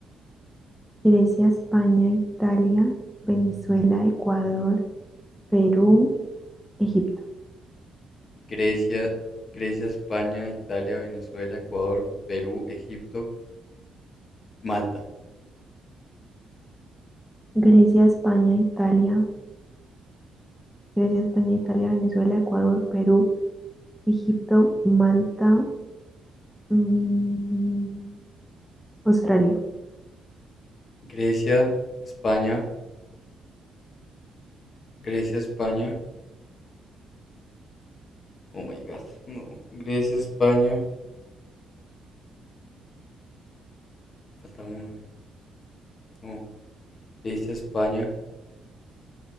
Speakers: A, in the centre; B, on the left.
A: Grecia, España, Italia, Venezuela, Ecuador. Perú, Egipto,
B: Grecia, Grecia, España, Italia, Venezuela, Ecuador, Perú, Egipto, Malta.
A: Grecia, España, Italia, Grecia, España, Italia, Venezuela, Ecuador, Perú, Egipto, Malta, mm, Australia.
B: Grecia, España, Grecia, España, Oh my god, no. Grecia, España. Falta uno. No, Grecia, España.